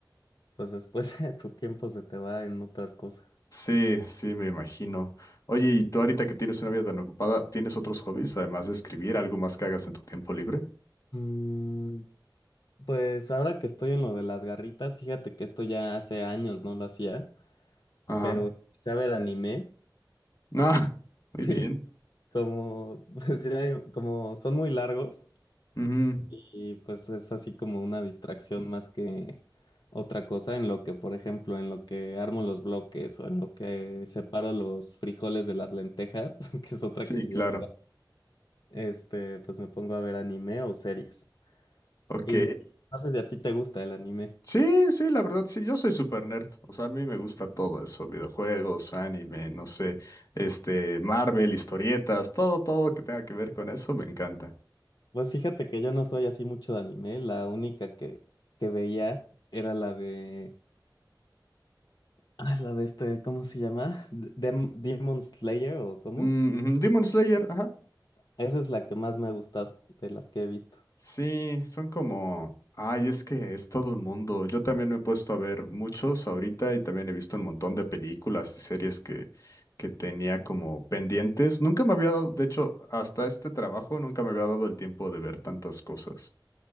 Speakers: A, on the left; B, on the left.
A: pues después <laughs> tu tiempo se te va en otras cosas.
B: sí, sí, me imagino. Oye, y
A: Sí.
B: tú ahorita que tienes una vida tan ocupada, ¿tienes otros hobbies además de escribir, algo más que hagas en tu tiempo libre?
A: Mm, pues ahora que estoy en lo de las garritas, fíjate que esto ya hace años no lo hacía,
B: Ajá.
A: pero empecé a ver anime.
B: No, <laughs>
A: <laughs> Sí.
B: muy bien.
A: Como, <laughs> pues ya hay- como son muy largos
B: Ujú,
A: y pues es así como una distracción más que otra cosa en lo que, por ejemplo, en lo que armo los bloques o en lo que separo los frijoles de las lentejas, <laughs> que es otra
B: Sí,
A: actividad,
B: claro.
A: este, pues me pongo a ver anime o series.
B: Ok.
A: Y no sé si a ti te gusta el anime.
B: Sí, sí, la verdad, sí, yo soy super nerd. O sea, a mí me gusta todo eso, videojuegos, anime, no sé, este, Marvel, historietas, todo, todo que tenga que ver con eso, me encanta.
A: Pues fíjate que yo no soy así mucho de anime, la única que, que veía era la de, ah, la de este, ¿cómo se llama? Dem- Demon Slayer o cómo?
B: Mm, ujú, Demon Slayer, ajá.
A: Esa es la que más me ha gustado de las que he visto.
B: Sí, son como, ay, es que es todo un mundo. Yo también me he puesto a ver muchos ahorita y también he visto un montón de películas y series que, que tenía como pendientes. Nunca me había dado, de hecho, hasta este trabajo nunca me había dado el tiempo de ver tantas cosas.